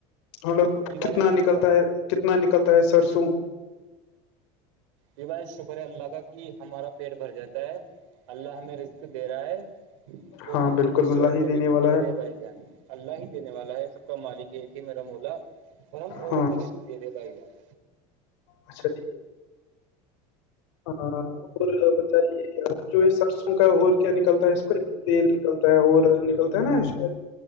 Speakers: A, on the left; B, on the right.
A: مطلب
B: جی بھائی
A: کتنا
B: جان
A: نکلتا ہے کتنا نکلتا ہے سرسوں
B: یہ بائی شکر ہے اللہ کا کہ ہمارا پیٹ بھر جاتا ہے اللہ ہمیں رزق دے رہا ہے اور
A: ہاں
B: ہم
A: بالکل
B: کسی
A: اللہ
B: اور
A: ہی
B: کو
A: دینے
B: بھی
A: والا
B: د
A: ہے
B: رہے بھائی جان اللہ ہی دینے والا ہے سب کا مالک ایک ہے میرا مولا اور ہم اوروں
A: ہاں
B: کو بھی دے رہے بھائی جان
A: اچھا جی ہاں اور لوگ سے جو اس سرسوں کا اور کیا نکلتا ہے اس کو تیل نکلتا ہے اور نکلتا ہے نا شاید